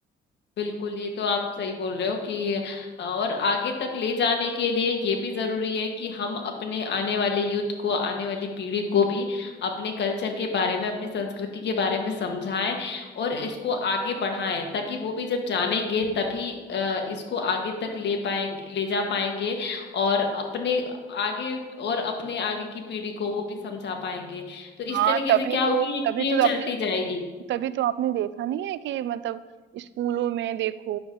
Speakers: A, on the left; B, on the right.
A: बिल्कुल ये तो आप सही बोल रहे हो कि और आगे तक ले जाने के लिए ये भी जरूरी है कि हम अपने आने वाले यूथ को आने वाली पीढ़ी को भी अपने कल्चर के बारे में अपनी संस्कृति के बारे में समझाएं और इसको आगे बढ़ाएं ताकि वो भी जब जानेंगे तभी अ, इसको आगे तक ले पाएंगे ले जा पाएंगे और अपने आगे और अपने आगे की पीढ़ी को वो भी समझा पाएंगे तो इस
B: हाँ
A: तरीके
B: तभी
A: से क्या होगी
B: तो
A: एक चेन
B: तभी तो अपने
A: चलती जाएगी
B: तभी तो आपने देखा नहीं है कि मतलब स्कूलों में देखो